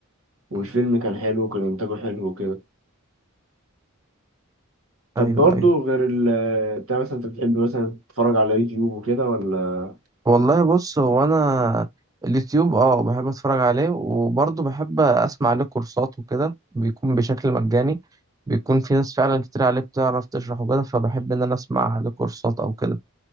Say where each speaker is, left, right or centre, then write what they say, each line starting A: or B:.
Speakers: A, on the right (about 85°); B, on the right (about 15°).
A: والفيلم
B: مم.
A: كان حلو وكان انتاجه حلو وكده طب
B: أيوه
A: برضه
B: أيوه
A: غير ال بتاع مثلا انت بتحب مثلا تتفرج على يوتيوب وكده ولا
B: والله بص هو أنا اليوتيوب أه بحب أتفرج عليه وبرضه بحب أسمع عليه كورسات وكده بيكون بشكل مجاني بيكون في ناس فعلا كتير عليه بتعرف تشرح وكده فبحب إن أنا أسمع عليه كورسات أو كده